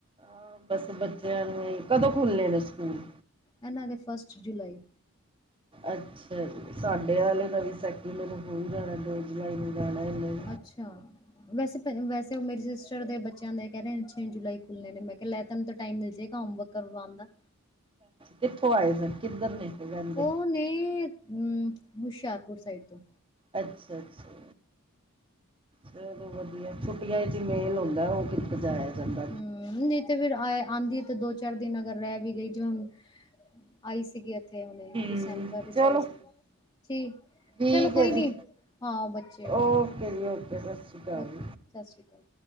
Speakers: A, on the right; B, on the left.
A: ਹਾਂ ਬਸ ਬੱਚਿਆਂ ਨੂੰ ਕਦੋਂ ਖੋਲੇਨੇ ਸਕੂਲ।
B: ਇਹਨਾਂ ਦੇ ਫਸਟ ਜੁਲਾਈ।
A: ਅੱਛਾ ਜੀ ਸਾਡੇ ਵਾਲੇ ਦਾ ਵੀ ਸੈਕਿੰਡ ਨੂੰ ਖੁੱਲ ਜਾਣਾ ਦੋ ਜੁਲਾਈ ਨੂੰ ਜਾਣਾ ਇਹਨੇ।
B: ਅੱਛਾ। ਵੈਸੇ ਵੈਸੇ ਉਹ ਮੇਰੇ ਸਿਸਟਰ ਦੇ ਬੱਚਿਆਂ ਦੇ ਕਹਿ ਰਹੇ ਨੇ ਛੇ ਜੁਲਾਈ ਖੁੱਲ੍ਹਣੇ ਨੇ ਮੈਂ ਕਿਹਾ ਲੈ ਤੁਹਾਨੂੰ ਤਾਂ ਟਾਈਮ ਮਿਲ ਜਾਏਗਾ ਹੋਮਵਰਕ। ਕਰਵਾਉਣ ਦਾ ਹੈ।
A: ਕਿੱਥੋਂ ਆਏ ਸਨ ਕਿੱਧਰ ਨੇ। ਕੇ ਰਹਿੰਦੇ
B: ਉਹ ਨੇ ਅ ਹੁਸ਼ਿਆਰਪੁਰ ਸਾਈਡ ਤੋਂ।
A: ਅੱਛਾ ਅੱਛਾ ਚਲੋ ਵਧੀਆ। ਛੁੱਟੀਆਂ 'ਚ ਹੀ ਮੇਲ ਹੁੰਦਾ ਉਹ ਵੀ। ਜਾਇਆ ਜਾਂਦਾ ਹੈ।
B: ਹੂੰ। ਤੇ ਫਿਰ ਆ ਆਉਂਦੀ ਤੇ ਦੋ ਚਾਰ ਦਿਨ ਅਗਰ ਰਹਿ ਵੀ ਗਈ ਜਿਵੇਂ ਹੁਣ ਆਈ ਸੀਗੀ। ਇੱਥੇ ਹੁਣੇ
A: ਹੂੰ
B: ਦਸੰਬਰ ਵਿੱਚ
A: ਚਲੋ
B: ਆਈ ਸੀ। ਠੀਕ।
A: ਠੀਕ
B: ਚਲੋ ਕੋਈ
A: ਹੈ
B: ਨੀ
A: ਜੀ
B: ਹਾਂ ਉਹ ਬੱਚੇ ਵੀ
A: ਓਕੇ ਜੀ ਓਕੇ ਸਤਿ ਸ਼੍ਰੀ ਅਕਾਲ
B: ਓਕੇ ਸਤਿ ਸ੍ਰੀ ਅਕਾਲ।